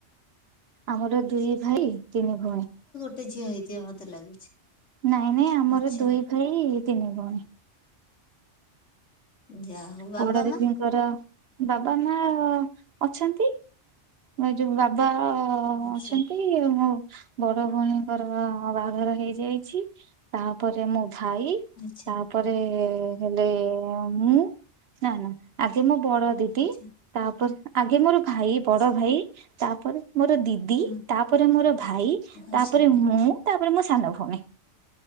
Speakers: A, on the right; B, on the left.
A: ଆମର ଦୁଇ ଭାଇ ତିନି ଭଉଣୀ।
B: ମତେଝିଅ ହେଇଯିବ ମୋତେ ଲାଗୁଛି।
A: ନାଇଁ ନାଇଁ ଆମର
B: ଆଚ୍ଛା
A: ଦୁଇ ଭାଇ ତିନି ଭଉଣୀ।
B: ଯା ହଉ ବାବା
A: ବଡ ଦିଦିଙ୍କର
B: ମା
A: ବାବା ମା ଅଛନ୍ତି ଯୋଉ ଓ
B: ଆଚ୍ଛା
A: ଅଛନ୍ତି ମୋ ବଡ ଭଉଣୀଙ୍କର ବାହାଘର ହେଇଯାଇଛି ତାପରେ ମୁଁ ଭାଇ
B: ଆଚ୍ଛା
A: ତାପରେ ହେଲେ ମୁଁ ନା ନା ଆଗେ ମୋ ବଡ ଦିଦି
B: ଆଚ୍ଛା
A: ତାପରେ ଆଗେ ମୋର ଭାଇ
B: ଆଚ୍ଛା।
A: ବଡ ଭାଇ ତାପରେ ମୋର ଦିଦି
B: ହଁ
A: ତାପରେ ମୋର ଭାଇ
B: ଆଚ୍ଛା
A: ତାପରେ ମୁଁ ତାପରେ ମୋ ସାନ ଭଉଣୀ।